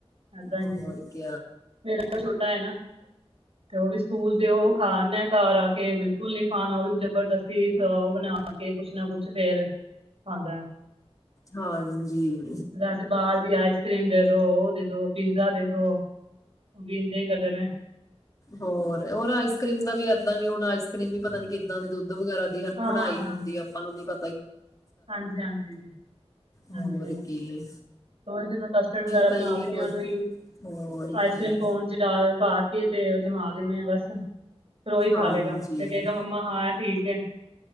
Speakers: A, on the right (about 60°); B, on the left (about 35°).
A: ਏਦਾਂ
B: ਹੋਰ
A: ਹੀ ਹੈ
B: ਕ
A: ਮੇਰਾ ਵੀ ਛੋਟਾ ਹੈ ਨਾ ਤੇ ਉਹ ਵੀ ਸਕੂਲ ਤੇ ਉਹ ਖਾਦੇ ਆ ਘਰ ਆ ਕੇ ਬਿਲਕੁਲ ਕੋਲੀ ਖਾਣਾ ਉਹ ਵੀ ਜਬਰਦਸਤੀ ਖਾਓ ਬਣਾ ਕੇ ਕੁਛ ਨਾ ਕੁਛ ਫੇਰ ਖਾਂਦਾ ਹੈ
B: ਹਾਂਜੀੀ
A: ਵੈਸੇ ਬਾਹਰ ਆਈਸ ਕਰ੍ਰੀਮ ਦੇ ਦੋ ਉਹ ਦੇ ਦੋ ਪੀਜ਼ਾ ਦੇ ਦੋ ਉਹ ਵੀ ਇੰਜ ਹੀ ਕਰਦੇ ਨੇ
B: ਹੋਰ ਹੋਰ ਆਈਸ ਕਰੀਮ ਦਾ ਵੀ ਐਦਾਂ ਵੀ ਹੁਣ ਆਈਸ ਕਰ੍ਰੀਮ ਵੀ ਪਤਾ ਨੀ ਕਿੱਦਾਂ ਦੇ ਦੁੱ ਦੁੱਧ ਵਗੈਰਾ ਦੀ ਹਨਾ
A: ਹਾਂ,
B: ਬਣਾਈ
A: ਹਾਂ
B: ਹੁੰਦੀ ਆਪਾਂ ਨੂੰ ਨੀ ਪ
A: ਹਾਂਜੀ ਹਾਂਜੀ
B: ਹੋਰ
A: ਹਾਂਜੀ <unintelligible>
B: ਕੀ
A: ਮੈਂ ਕਸਟਰਡ ਵਗੈਰਾ
B: ਤਾਂ
A: ਬਣਾ
B: ਇਹੀ
A: ਦੇਿੰਣੀ
B: ਕੁਝ
A: ਆ ਉਹਨੂੰ
B: ਹੋਰ
A: ਆਈਸ
B: ਕੀ
A: ਕਰ੍ਰੀਮ ਕੋਨ ਚ ਪਾ ਕੇ ਤੇ ਜਮਾ ਦਿੰਨੇ ਆ ਬਸ ਫੇਰ ਓਹੀ
B: ਹਾਂਜੀ
A: ਖਾ ਲੇਗਾ ਤੇ ਕਹਿਗਾ ਮੰਮਾ ਹਾਂ ਇਹ ਠੀਕ ਏ